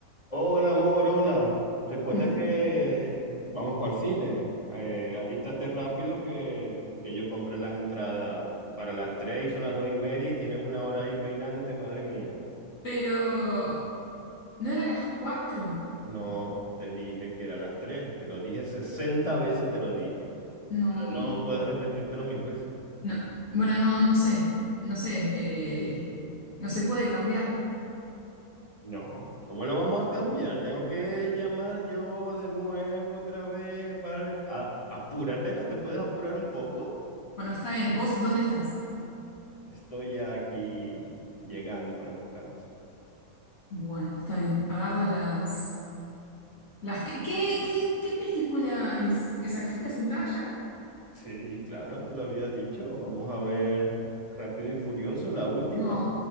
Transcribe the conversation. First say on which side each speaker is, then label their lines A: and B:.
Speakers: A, on the left (about 25°); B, on the left (about 65°).
A: Hola, amor, hola. Recuerda
B: <laughs>
A: que vamos para el cine. Eh, alístate rápido que, que yo compré las entradas para las 3 y son las 2 y media y tienes una hora ahí peinándote, madre mía.
B: Pero no era a las cuatro.
A: No, te dije que era las 3. te lo dije 60 veces, te lo dije.
B: No,
A: Pero no puedo repetírtelo mil veces.
B: no. Bueno, no, no sé. No sé. eh, no se puede cambiar.
A: No, ¿cómo lo vamos a cambiar? Tengo que llamar yo de nuevo otra vez para... a- apúrate, ¿no te puedes apurar un poco?
B: Bueno, está bien. ¿Vos dónde estás?
A: Estoy ya aquí llegando para buscarte.
B: Bueno, está bien. Agarra las, las... ¿Qué, qué, qué- qué película es? ¿Sacaste las entradas ya?
A: Sí, claro, te lo había dicho. Vamos a ver Rápido y Furioso, la última.
B: No,